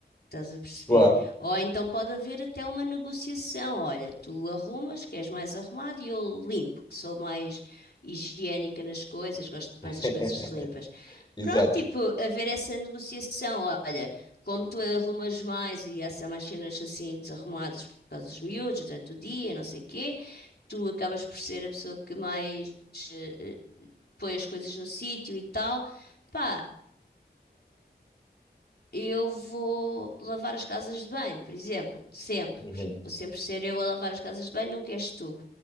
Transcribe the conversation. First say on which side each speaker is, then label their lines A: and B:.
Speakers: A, on the left; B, on the left.
A: Estás a perceber?
B: Claro,
A: Ou então pode haver até uma negociação. Olha, tu arrumas, que és mais arrumado, e eu limpo, que sou mais higiênica nas coisas, gosto
B: <laughs>
A: mais das coisas limpas.
B: exato.
A: Pronto, tipo, haver essa negociação. Olha como tu arrumas mais e há mais cenas assim desarrumadas por causa dos miúdos durante o dia, não sei o quê, tu acabas por ser a pessoa que mais eh, põe as coisas no sítio e tal. Pá, eu vou lavar as casas de banho, por exemplo, sempre.
B: Uhum.
A: Vou sempre ser eu a lavar as casas de banho, nunca és tu.